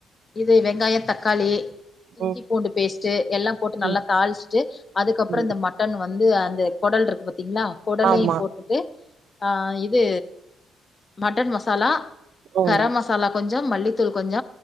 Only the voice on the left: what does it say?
இது வெங்காய தக்காளி இஞ்சி
பூண்டு பேஸ்ட் டு எல்லா போட்டு நல்லா
தாளிச்சுட்டு அதுக்கப்புற
இந்த மட்டன் வந்து அந்த கொடல் இருக்கு பாத்தீங்களா கொடலையு
போட்டுட்டு ஆ இது மட்டன் மசாலா
கரம் மசா சாலா கொஞ்ச மல்லித்தூள் கொஞ்ச